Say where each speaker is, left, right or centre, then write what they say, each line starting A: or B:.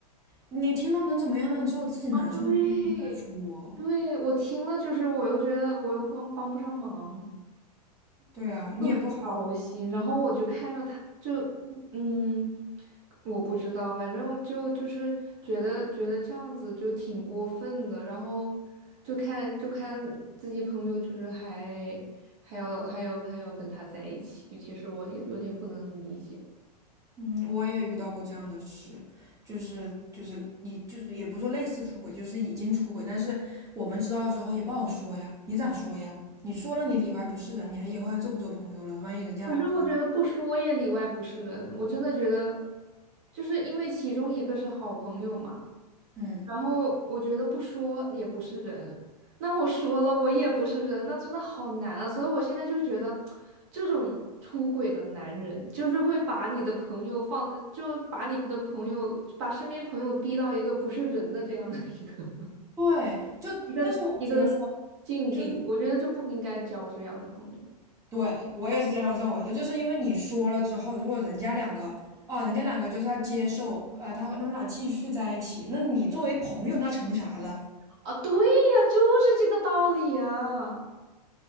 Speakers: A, on the right; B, on the right.
A: 你听到能怎么样呢？你只有自己难受，
B: 啊，对，
A: 你可以跟他说。
B: 对，我听了就是我又觉得我又帮帮不上忙。
A: 对啊，你也不好，
B: 就很糟心。然后我就看着他，就嗯，嗯我不知道，反正就就是觉得觉得这样子就挺过分的。然后就看就看自己朋友，就是还还要还要还要跟他在一起，其实我也有点不能理解。
A: 嗯，我也遇到过这样的事，就是就是你就是也不是说类似出轨，就是已经出轨，但是我们知道了之后也不好说呀，你咋说呀？你说了你里外不是人，你还以后还做不做朋友了？万一人家还真的
B: 可是我觉得不说也里外不是人，我真的觉得，就是因为其中一个是好朋友嘛。
A: 嗯，
B: 然后我觉得不说也不是人，那我说了我也不是人，那真的好难啊！所以我现在就觉得，这种出轨的男人，就是会把你的朋友放在，就把你的朋友，把身边朋友逼到一个不是人的这样的一个
A: 对，就但是我觉得说，
B: <laughs> 一个一个境地，
A: 就是
B: 我觉得就不应该交这样的朋友
A: 对，我也是这样认为的，就是因为你说了之后，如果人家两个，哦，人家两个就是他接受，呃，他他们俩继续在一起，那你作为朋友，那成啥了？
B: 啊！对呀，就是这个道理啊！